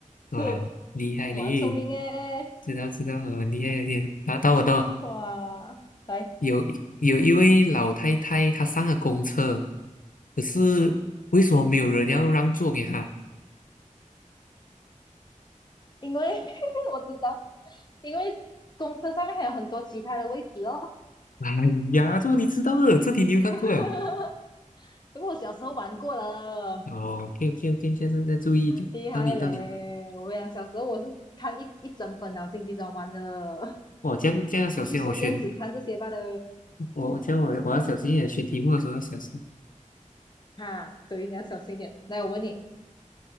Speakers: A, on the left; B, on the left.
A: 是，
B: 啊，哇，厉害嘞！
A: 哇，聪明诶，
B: 知道知道，呃，厉害厉害。然后到我到我
A: 哇，来。
B: 有有一位老太太，她上了公车，可是为什么没有人要让座给她？
A: 因为 <laughs> 我知道，因为公车上面还有很多其他的位置哦。
B: 哎呀，这你知道的，这题你有看过了。
A: <laughs> 不过我小时候玩过了，
B: 哦，OK OK OK，下次再注意一点。
A: 厉害嘞！
B: 到你到你，
A: 我讲小时候我是看一一整本了《经济专栏》的，
B: 我这样这样要小心，
A: 我去书店只看这些罢了。
B: 我选我这样我我要小心一点，选题目的时候要小心
A: <laughs> 哈，对，你要小心一点。来，我问你，